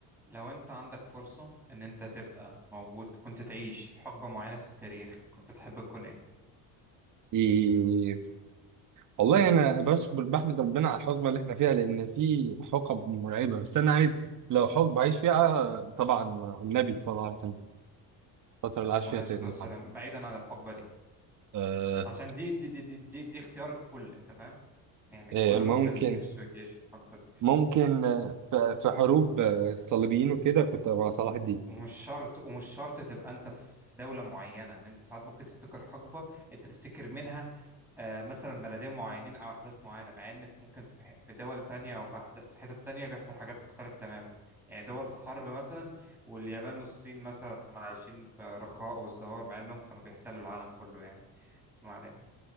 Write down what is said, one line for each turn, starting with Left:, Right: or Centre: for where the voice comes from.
Centre: لو انت عندك فرصة ان انت تبقى موجود كنت تعيش حقبة معينة في التاريخ كنت تحب تكون ايه
Right: إيه والله يعني انا بس بحمد ربنا على الحقبه اللي احنا فيها لان في حقب مرعبه بس انا عايز لو حقبه عايش فيها طبعا النبي صلى الله عليه وسلم الفتره اللي عاش
Centre: عليه
Right: فيها
Centre: الصلاة
Right: سيدنا
Centre: والسلام
Right: محمد
Centre: بعيدا عن الحقبة دي
Right: آه
Centre: عشان دي دي دي دي, دي, دي اختيار الكل انت فاهم يعني
Right: آه،
Centre: كل
Right: ممكن
Centre: مسلم نفسه يعيش في الحقبة دي
Right: ممكن آه، في في حروب آه، الصليبيين وكده كنت مع صلاح الدين
Centre: ومش شرط ومش شرط تبقى انت في دولة معينة لان انت ساعات ممكن تفتكر حقبة انت تفتكر منها آه، مثلا بلدين معينين او احداث معينة مع ان في- ممكن في ح- في دول تانية او في أحد- في حتت تانية بيحصل حاجات مختلفة تماما يعني دول في حرب مثلا واليابان والصين مثلا عايشين في رخاء وازدهار مع انهم كانوا بيحتلوا العالم كله يعني بس ما علينا